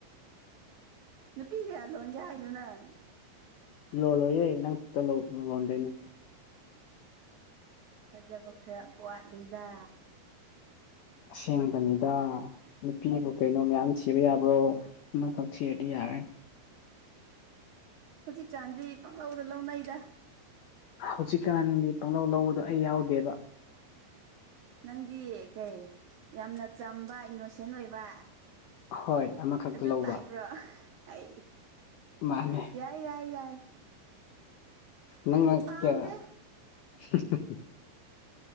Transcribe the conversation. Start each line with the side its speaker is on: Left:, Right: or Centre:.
Right: ꯅꯨꯄꯤ ꯀꯌꯥ ꯂꯣꯟꯒꯦ ꯍꯥꯏꯅꯣ ꯅꯪ
Left: ꯂꯣꯜꯂꯣꯏꯌꯦ ꯅꯪ ꯈꯛꯇ ꯂꯧ ꯂꯣꯟꯗꯣꯏꯅꯦ
Right: ꯊꯥꯖꯕ ꯈꯔ ꯋꯥꯠꯂꯤꯗ
Left: ꯑꯁꯦꯡꯕꯅꯤꯗ ꯅꯨꯄꯤꯕꯨ ꯀꯩꯅꯣ ꯃꯌꯥꯝ ꯊꯤꯕ ꯌꯥꯕ꯭ꯔꯣ ꯑꯃꯈꯛ ꯊꯤꯔꯗꯤ ꯌꯥꯔꯦ
Right: ꯍꯧꯖꯤꯛꯀꯥꯟꯗꯤ ꯄꯥꯡꯂꯧꯗ ꯂꯧꯅꯩꯗ
Left: ꯍꯧꯖꯤꯛꯀꯥꯟꯒꯤ ꯄꯪꯂꯧ ꯂꯧꯕꯗꯣ ꯑꯩ ꯌꯥꯎꯗꯦꯕ
Right: ꯅꯪꯗꯤ ꯀꯩ ꯌꯥꯝꯅ ꯆꯝꯕ ꯏꯅꯣꯁꯦꯟ ꯑꯣꯏꯕ
Left: ꯍꯣꯏ ꯑꯃꯈꯛꯇ
Right: ꯑꯗꯨ
Left: ꯂꯧꯕ
Right: ꯇꯥꯏꯞꯕ꯭ꯔꯣ ꯑꯩ
Left: ꯃꯥꯅꯦ
Right: ꯌꯥ ꯑꯩ ꯌꯥꯏ ꯌꯥꯏ
Left: ꯅꯪꯅ
Right: ꯑꯩꯗꯤ ꯄꯥꯝꯗꯦ
Left: ꯀꯌꯥ <unintelligible>